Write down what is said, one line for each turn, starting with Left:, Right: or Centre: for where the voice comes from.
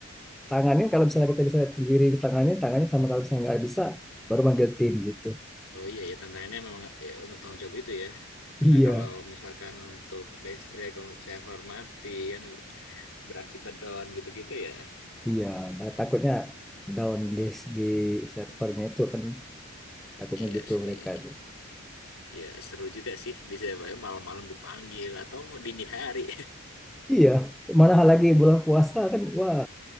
Centre: tanganin kalau misalnya kita bisa sendiri tanganin tanganin sama kalau misalnya nggak bisa baru manggil tim gitu.
Left: Oh iya ya tantangannya memang ya, untuk tanggung jawab itu ya. Karena
Centre: Iya,
Left: kalau misalkan untuk listrik, untuk server mati kan berakibat down gitu-gitu ya.
Centre: iya. Nah, takutnya down di, di servernya itu kan takutnya
Left: Iya
Centre: gitu
Left: sih.
Centre: mereka itu.
Left: Ya seru juga sih bisa ya, malam-malam dipanggil atau dini hari.
Centre: Iya, mana hal lagi bulan puasa kan wah